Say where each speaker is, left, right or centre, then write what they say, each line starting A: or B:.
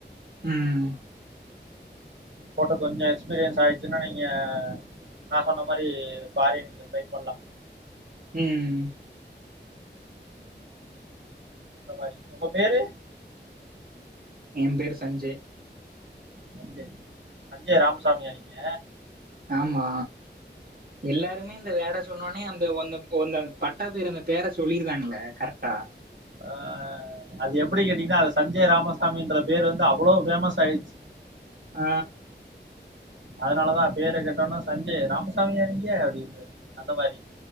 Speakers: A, on the right; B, on the right.
A: ம்
B: போட்டு கொஞ்ச எக்ஸ்பீரியன்ஸ் ஆயிடுச்சுனா நீங்க நா சொன்ன மாரி ஃபாரின்கு ட்ரை பண்லா
A: ம்
B: இந்த மாரி ஒங்க பேரு
A: எ பேரு சஞ்சய்
B: சஞ்சய் சஞ்சய் ராமசாமியா நீங்க
A: ஆமா எல்லாருமே இந்த வேட சொன்னோனே அந்த அந்த ஒந்த பட்டா பேரு அந்த பேர சொல்லிருகாங்கள கரெக்ட்டா
B: ஆ அது எப்பிடி கேட்டீங்ன்னா அது சஞ்சய் ராமசாமி என்ற பேரு வந்து அவ்ளோ ஃபேமஸ் ஆயிற்ச்சி
A: ஆ
B: அத்னாலதா பேர கேட்டோனே சஞ்சய் ராமசாமியா நீங்க அப்டின்ட்றே அந்த மாரி